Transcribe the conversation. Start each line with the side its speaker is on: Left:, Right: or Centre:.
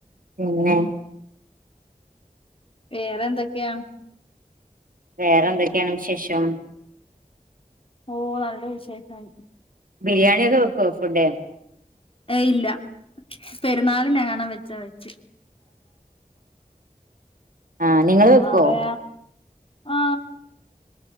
Right: പിന്നെ
Left: വേറെന്തൊക്ക്യാ
Right: വേറെന്തൊക്കെയാണ് വിശേഷം
Left: ഓ നല്ല വിശേഷായി.
Right: ബിരിയാണി ഒക്കെ വെക്കോ ഫുഡ്
Left: ഏ ഇല്ല പെരുന്നാള്ണ്ങ്ങണംവെച്ചാ വെച്ച്.
Right: ആഹ് നിങ്ങള് വെക്കോ
Left: അവിടെ ആ